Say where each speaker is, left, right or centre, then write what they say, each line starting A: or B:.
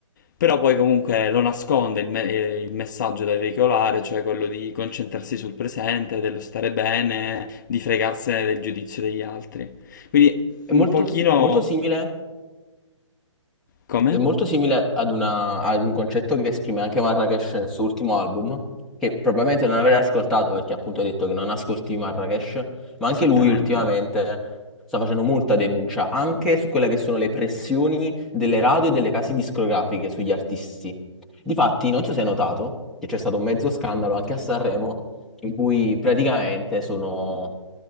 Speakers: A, on the left; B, in the centre.
A: però poi comunque lo nasconde il, me- eh, il messaggio da veicolare, cioè quello di concentrarsi sul presente, dello stare bene, di fregarsene del giudizio degli altri. Quindi
B: È
A: un
B: molto,
A: pochino...
B: molto simile
A: Come?
B: È molto simile ad, una- ad un concetto che esprime anche Marrakesh nel suo ultimo album, che probabilmente non avrei ascoltato perché appunto ha detto che non ascolti Marrakesh, ma anche
A: Esattamente.
B: lui ultimamente sta facendo molta denuncia anche su quelle che sono le pressioni delle radio e delle case discografiche sugli artisti. Difatti, non so se hai notato che c'è stato un mezzo scandalo anche a Sanremo in cui praticamente sono